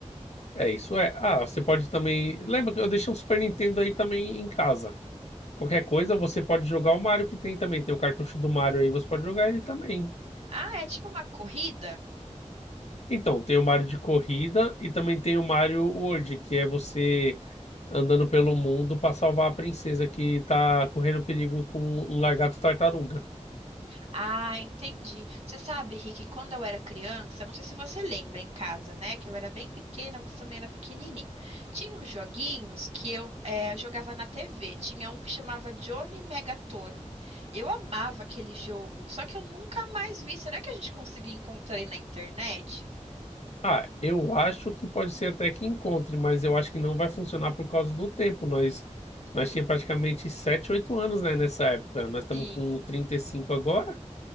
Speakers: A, on the left; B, on the right.
A: É, isso é. Ah, você pode também. Lembra que eu deixei um Super Nintendo aí também em casa. Qualquer coisa, você pode jogar o Mario que tem também. Tem o cartucho do Mario aí, você pode jogar ele também.
B: Ah, é tipo uma corrida?
A: Então, tem o Mario de corrida e também tem o Mario World, que é você andando pelo mundo para salvar a princesa que tá correndo perigo com um lagarto tartaruga.
B: Ah, entendi. Você sabe, Rick, quando eu era criança, não sei se você lembra em casa, né? Que eu era bem pequena, você também era pequenininho. Tinha uns joguinhos que eu eh, jogava na TV. Tinha um que chamava Johnny Megatone. Eu amava aquele jogo, só que eu nunca mais vi. Será que a gente conseguiu encontrar ele na internet?
A: Ah, eu acho que pode ser até que encontre, mas eu acho que não vai funcionar por causa do tempo. Nós, nós tinha praticamente 7, 8 anos, né, nessa época. Nós estamos
B: Sim.
A: com 35 agora.